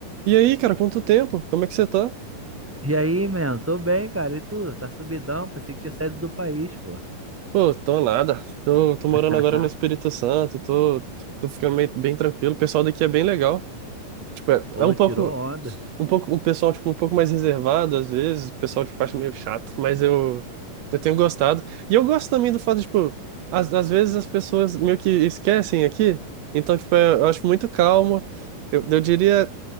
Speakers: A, on the right; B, in the centre.
A: E aí, cara, quanto tempo? Como é que você tá?
B: E aí, mano? Tô bem, cara. E tu? Tá subidão? Pensei que tinha saído do país, pô.
A: Pô, tô nada. Tô, tô morando
B: <laughs>
A: agora no Espírito Santo, tô, tô ficando meio- bem tranquilo. O pessoal daqui é bem legal. Tipo, é,
B: Pô,
A: é um
B: tirou
A: pouco,
B: onda.
A: um pouco, um pessoal, tipo, um pouco mais reservado às vezes. O pessoal, tipo, acha meio chato, mas eu, eu tenho gostado. E eu gosto também do fato, tipo, às, às vezes as pessoas meio que esquecem aqui. Então, tipo, é- eu acho muito calmo. Eu, eu diria.